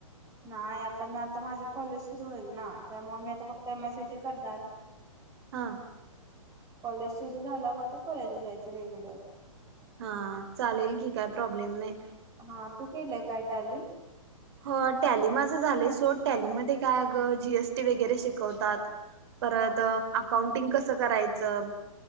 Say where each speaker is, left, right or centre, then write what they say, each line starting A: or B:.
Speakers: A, on the right; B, on the right.
A: नाही आता मी आता माझे कॉलेज सुरू होईल ना त्यामुळे मी आता फक्त M S C I T करणार.
B: हा
A: कॉलेज सुरु झाल्या वर मग आता कॉलेजला जायचं रेग्युलर
B: हा चालेल की काय प्रॉब्लेम नाही.
A: हा तू केलंय काय टॅली?
B: ह टॅली माझं झालंय सोड टॅलीमध्ये काय अग जीएसटी वगैरे शिकवतात. परत
A: हा
B: अकाउंटिंग कस कस करायचं?